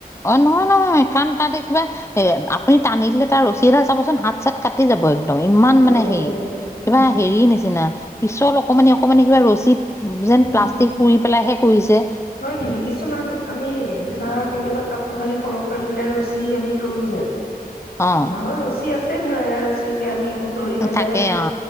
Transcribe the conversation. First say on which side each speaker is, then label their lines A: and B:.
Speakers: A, on the left; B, on the left.
A: অ', নহয় নহয় কাৰণ তাত কিবা এ আপুনি টানি দিলে তাৰ ৰছী এ হাল চাবচোন হাত- হাত চাত কাটি যাব একদম ইমান
B: কাটি
A: মানে
B: যাব কাটি
A: হেৰি,
B: যাব।
A: কিবা
B: উম
A: হেৰি নিচিনা- পিছল অকমানি অকমানি কিবা ৰছী
B: উম
A: যেন প্লাষ্টিক পুৰি পেলাইহে কৰিছে।
B: হয় কিন্তু কিছুমান আমি ধৰা কেতিয়াবা কাপোৰ কানি সৰহকৈ ধুলাই ৰছো ৰচী আমি তৰো যে,
A: অ
B: আমাৰ ঘত ৰছী আছে ধৰা ৰছী কে আমি একো তৰি পেলাই
A: তাকেই অ